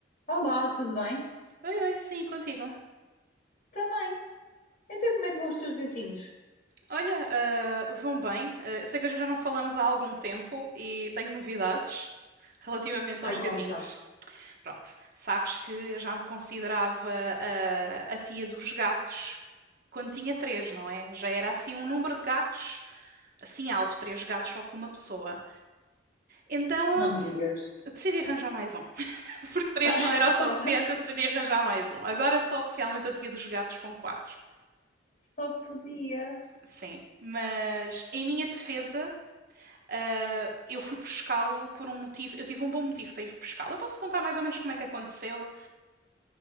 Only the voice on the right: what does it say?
Oi, oi, sim, contigo.
Olha, ah, vão bem. Ah, eu sei que a gente já não falamos há algum tempo e tenho novidades relativamente aos
gatinhos.
Pronto, sabes que eu já me considerava ah, a tia dos gatos quando tinha três, não é? Já era assim um número de gatos, assim alto, três gatos só com uma pessoa. Então
eu dec-
eu decidi arranjar mais um. <laughs> Porque três
não era
o suficiente,
eu decidi arranjar mais um. Agora sou oficialmente a tia dos gatos com quatro.
Sim, mas em minha defesa, ah, eu fui pescá-lo por um motivo, eu tive um bom motivo para ir pescá-lo. Eu posso contar mais ou menos como é que aconteceu.